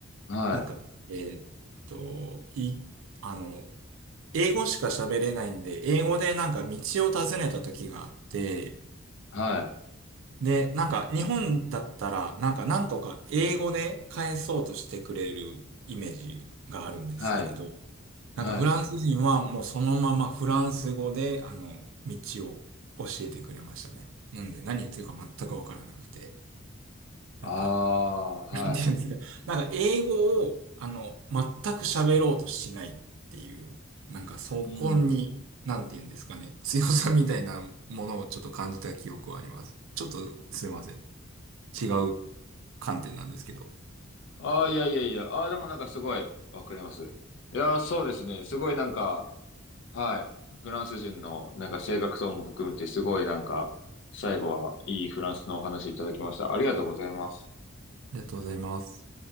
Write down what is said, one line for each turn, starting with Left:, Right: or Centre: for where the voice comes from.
Left: い。はい。
Right: なんか、えーっと、い、あの、英語しか喋れないんで、英語でなんか道を尋ねた時があって、
Left: はい。
Right: で、なんか日本だったら、なんかなんとか英語で返そうとしてくれるイメージがあるんですけれど、
Left: はい。はい。
Right: なんかフランス人はもうそのままフランス語で、あの、道を教えてくれましたね。なんで何言ってるか全くわからなくて。なんか、
Left: ああ、はい。
Right: なんていうんですか。なんか英語を、あの、全く喋ろうとしないっていう、なんかそこに、
Left: うん。
Right: なんていうんですかね。強さみたいなものをちょっと感じた記憶はあります。ちょっとすいません。違う観点なんですけど。
Left: ああ、いやいやいや。ああ、でもなんかすごいわかります。いやー、そうですね。すごいなんか、はい。フランス人のなんか性格等も含めてすごいなんか、最後はいいフランスのお話いただきました。ありがとうございます。
Right: ありがとうございます。